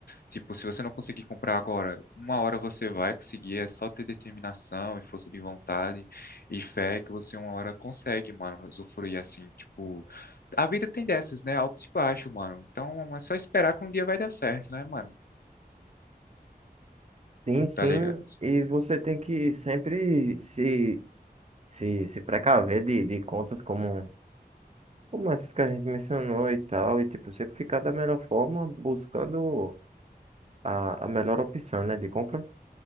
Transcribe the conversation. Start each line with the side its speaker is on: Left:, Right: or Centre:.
Left: Tipo, se você não conseguir comprar agora, uma hora você vai conseguir, é só ter determinação e força de vontade e fé que você uma hora consegue, mano, usufruir assim, tipo, a vida tem dessas, né, altos e baixos, mano. Então, é só esperar que um dia vai dar certo, né, mano?
Right: Sim, sim.
Left: Tá ligado?
Right: E você tem que sempre se, se, se precaver de, de contas como. como essas que a gente mencionou e tal, e tipo, sempre ficar da melhor forma, buscando a, a melhor opção, né, de compra.